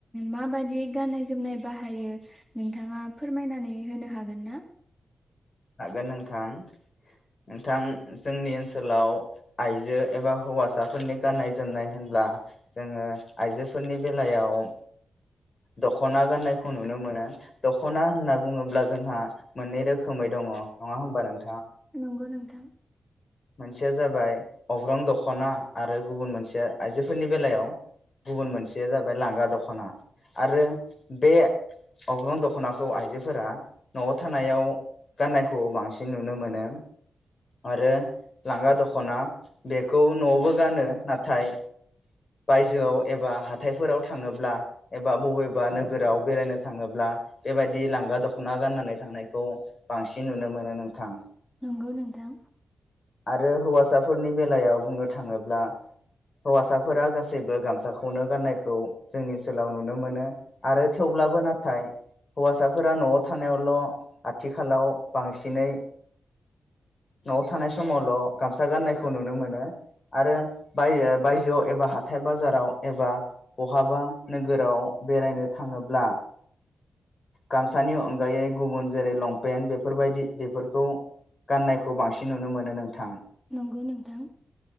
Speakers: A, in the centre; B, on the left.
A: माबादि गाननाय जोमनाय बाहायो नोंथाङा फोरमायनानै होनो हागोन ना
B: हागोन नोंथां नोंथां जोंनि ओनसोलाव आइजो एबा हौवासाफोरनि गाननाय जोमनाय होनब्ला जोङो आइजोफोरनि बेलायाव दख'ना गाननायखौ नुनो मोनो दख'ना होनना बुङोब्ला जोंहा मोननै रोखो <unintelligible> दङ नङा होनबा नों
A: नंगौ नों थां
B: मोनसेया जाबाय अग्रं दख'ना आरो गुबुन मोनसेया आइजोफोरनि बेलायाव गुबुन मोनसेया जाबाय लांगा दख'ना आरो बे अग्रं दख'नाखौ आइजोफोरा न'आव थानायाव गाननायखौ बांसिन नुनो मोनो आरो लांगा दख'ना बेखौ न'आवबो गानो नाथाय बायजोआव एबा हाथायफोराव थाङोब्ला एबा बबेबा नोगोराव बेरायनो थाङोब्ला बेबायदि लांगा दख'ना गाननानै थांनायखौ बांसिन नुनो मोनो नोंथां
A: नंगौ नोंथां
B: आरो हौवासाफोरनि बेलायाव बुंनो थाङोब्ला हौवासाफोरा गासैबो गामसाखौनो गाननायखौ जोंनि ओनसोलाव नुनो मोनो आरो थेवब्लाबो नाथाय हौवासाफोरा न'आव थानायावल' आथिखालाव बांसिनै न'आव थानाय समावल' गामसा गाननायखौ नुनो मोनो आरो बाय बायजोआव एबा हाथाय बाजाराव एबा बहाबा नोगोराव बेरायनो थाङोब्ला गामसानि अनगायै गुबुन जेरै लंपेन्ट बेफोरबायदि बेफोरखौ गाननायखौ बांसिन नुनो मोनो नोंथां
A: नंगौ नोंथां